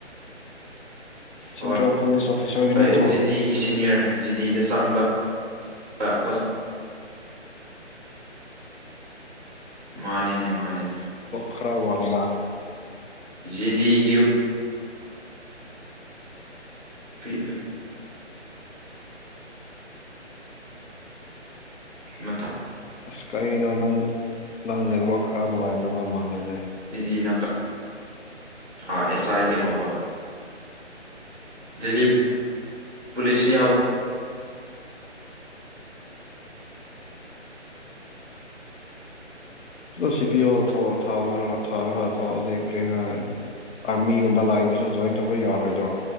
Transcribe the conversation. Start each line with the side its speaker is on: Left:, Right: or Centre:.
Right: ꯍꯣꯏ
Left: ꯁꯦꯟꯇ꯭ꯔꯦꯜ ꯄꯨꯂꯤꯁ ꯑꯣꯐꯤꯁꯥꯔꯒꯤ
Right: ꯍꯣꯏ
Left: ꯅꯠꯇ꯭ꯔꯣ
Right: ꯖꯤꯗꯤꯒꯤ ꯁꯤꯅꯤꯌꯔ ꯖꯤꯗꯤꯗ ꯆꯪꯕ ꯑ ꯀ ꯃꯥꯅꯤꯅꯦ ꯃꯥꯅꯤꯅꯦ
Left: ꯔꯥꯎ ꯍꯥꯡꯕ
Right: ꯦꯗꯤꯒꯤ ꯒ ꯅꯠꯇ
Left: ꯑꯁ ꯀꯔꯤꯩꯅꯣ ꯅꯪ ꯅꯪ ꯅꯔꯋꯥ ꯈꯔꯅꯅꯨꯡ ꯑꯣꯏ ꯇꯕ ꯃꯥꯜꯅꯦ
Right: ꯏꯗꯤꯅ ꯑꯥ ꯑꯦꯁ ꯑꯥꯏꯗꯤ ꯍꯧꯕ ꯗ ꯄꯂꯤꯁꯤꯌꯥ ꯍ
Left: ꯁꯤ ꯄꯤ ꯑꯣ ꯊꯕ ꯊꯥꯔꯒꯑꯣ ꯑꯗꯨꯩ ꯀꯔꯤ ꯑꯥꯔꯃꯤꯒꯨꯝꯕ ꯂꯥꯏꯟꯗꯁꯨ ꯖꯣꯏꯟ ꯇꯧꯕ ꯌꯥꯔꯣꯏꯗ꯭ꯔꯣ